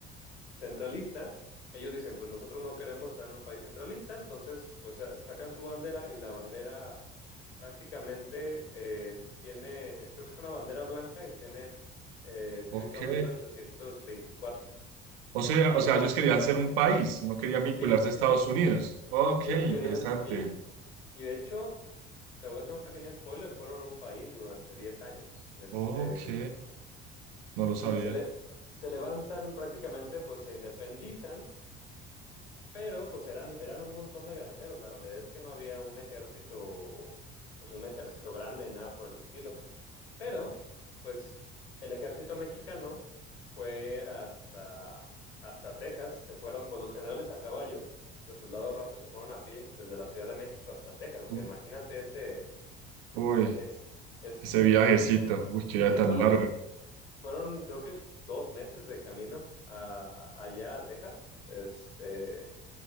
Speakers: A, on the left (about 85°); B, on the right (about 70°).
A: centralista. Ellos dicen, pues nosotros no queremos estar en un país centralista, entonces pues eh, sacan su bandera y la bandera prácticamente eh, tiene, es, creo que es una bandera blanca y tiene eh, escrito
B: ok.
A: 1824.
B: O sea,
A: Sí,
B: o sea, ellos querían ser un país, no querían vincularse
A: sí, sí,
B: a Estados
A: sí.
B: Unidos. Ok,
A: Ellos
B: interesante.
A: querían, ellos, y de hecho, te voy a hacer un pequeño spoiler, fueron un país durante 10 años, este,
B: Ok, no lo
A: y
B: sabía.
A: se le, se levantan prácticamente, pues se independizan, pero pues eran, eran un montón de granjeros, la realidad es que no había un ejército, pues un ejército grande, nada por el estilo. Pero, pues, el ejército mexicano fue hasta, hasta Texas, se fueron, pues los generales a caballo, los soldados rasos se fueron a pie desde la Ciudad de México hasta Texas, o sea,
B: U-
A: imagínate ese,
B: Uy,
A: es, es,
B: ese viajecito, uy, qué viaje
A: sí,
B: tan
A: fueron,
B: largo.
A: fueron creo que dos meses de camino a- allá a Texas, este,